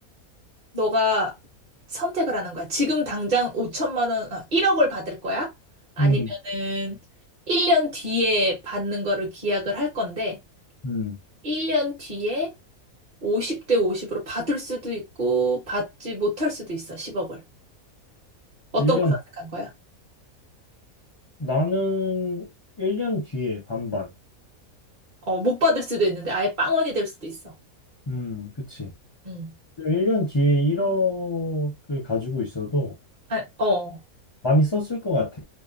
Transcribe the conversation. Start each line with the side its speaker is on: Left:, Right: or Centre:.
Right: 너가 선택을 하는 거야. 지금 당장 5천만 원, 아, 1억을 받을 거야? 아니면은
Left: 음.
Right: 1년 뒤에 받는 거를 기약을 할 건데,
Left: 음.
Right: 1년 뒤에 50대 50으로 받을 수도 있고, 받지 못할 수도 있어, 10억을. 어떤
Left: 1년
Right: 거 선택한 거야?
Left: 나는 1년 뒤에 반반.
Right: 어, 못 받을 수도 있는데 아예 빵원이 될 수도 있어.
Left: 음, 그치.
Right: 응,
Left: 1년 뒤에 1억을 가지고 있어도
Right: 아, 어,
Left: 많이 썼을 것 같아.